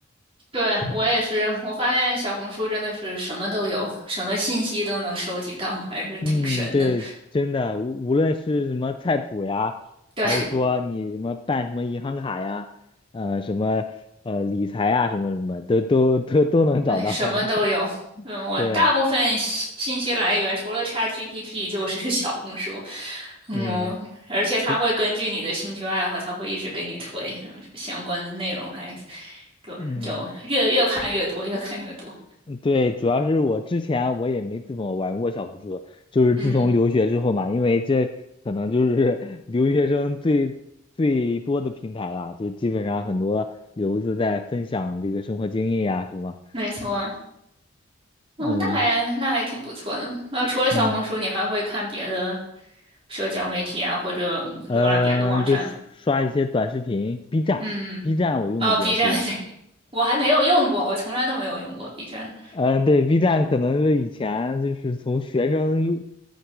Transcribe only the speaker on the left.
嗯，对，真的，无无论是什么菜谱呀，
还是说你什么办什么银行卡呀，呃，什么呃理财呀，什么什么，都都都都能找到。
<laughs>
对，
嗯，
对，
嗯，
对，主要是我之前我也没怎么玩过小红书，就是自从留学之后嘛，
因为这可能就是 <laughs> 留学生最最多的平台了，就基本上很多留子在分享这个生活经验呀，什么，
嗯
嗯。
嗯、就刷刷一些短视频，B 站，B
站我用的比较多。
嗯、呃对，B 站可能是以前就是从学生用，